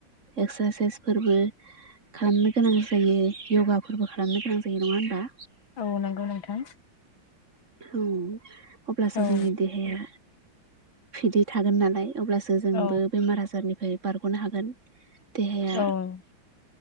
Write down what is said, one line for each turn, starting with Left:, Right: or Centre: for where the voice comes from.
Right: एक्सारसाइसफोरबो खालामनो गोनां जायो य'गाफोरबो खालामनो गोनां जायो नङा होनबा
Left: औ नंगौ नोंथां।
Right: औ अब्लासो
Left: औ
Right: जोंनि देहाया फिदै थागोन नालाय अब्लासो जोंबो
Left: औ
Right: बेमार आजारनिफ्राय बारग'नो हागोन देहाया
Left: औ